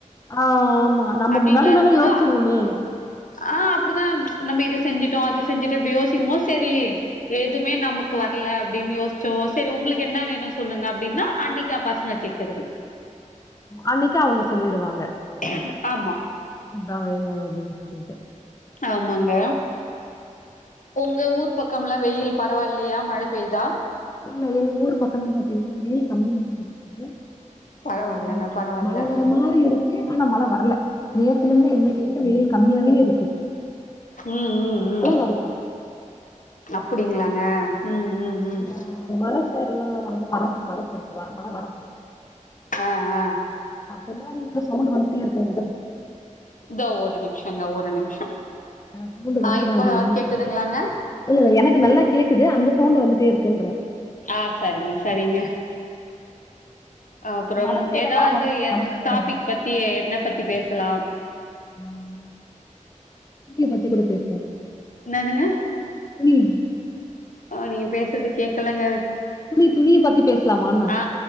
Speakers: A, on the left (about 25°); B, on the left (about 75°).
A: ஆ ஆமா நம்ம
B: அப்டி
A: முன்னாடி
B: இல்லாத
A: நாளே
B: போது
A: யோசிச்சிருவோமே
B: ஆ அப்டிதா நம்ம இத செஞ்சிட்டோ அது செஞ்சுட்டு இப்டி யோசிக்கும்போ செரி எதுமே நமக்கு வர்ல அப்டின்னு யோசிச்சோ சேரி உங்களுக்கு என்ன வேணுனு சொல்லுங்க அப்டின்னா அன்னைக்கு அ பசங்க கேட்கறது
A: அன்னைக்கே அவுங்க சொல்லிடுவாங்க
B: ஹ் ஆமா
A: இதா வேணு அப்டின்னு சொல்லிட்டு
B: ஆமாங் ங்க உங்க ஊர் பக்கமெல்லா வெயில் பரவாயில்லயா மழை பெய்தா
A: இல்ல எங்க ஊர் பக்கல்லா பாத்தீங்கன்னா வெயில் கம்மியாதா இருக்குது
B: பரவாயில்லங்க
A: ஆ
B: பரவாயில்ல
A: மழை வர மாரி இருக்கு ஆனா மழை வரல நேத்துலந்து இன்னைக்கு வரைக்கு வெயில் க <unintelligible>
B: உம் உம் உம்
A: வரல ஆனா
B: அப் அப்டிங்களாங்க ம் ம் ம்
A: இந்த மர சைடு எல்லா வந்து மர <unintelligible> மழ வரதுக்கு
B: ஆஹ் ஆஹ்
A: முன்னாடி இந்த சவுண்ட் வந்துட்டே இருக்குங்க
B: இதோ ஒரு நிமிஷங்க ஒரு நிமிஷோ
A: <unintelligible>
B: ஆ இப்போ கேக்குதுங்களாங்க
A: இல்ல இல்ல எனக்கு நல்லா கேக்குது அந்த சவுண்ட் வந்து <unintelligible>
B: ஆஹ் சரிங்க சரிங்க அப்புறம்
A: மல சைடெல்லா
B: ஏதாவது
A: வந்து மழ நெறைய
B: டாபிக்
A: வரு
B: பத்தி என்ன பத்தி பேசலாம்
A: ஹ் துணிய பத்தி கூட பேசுவோ
B: என்னதுங்க
A: <unintelligible>
B: ஆஹ் நீங்க பேசுறது கேக்கலங்க
A: துணி துணிய பத்தி பேசலாமன
B: ஆ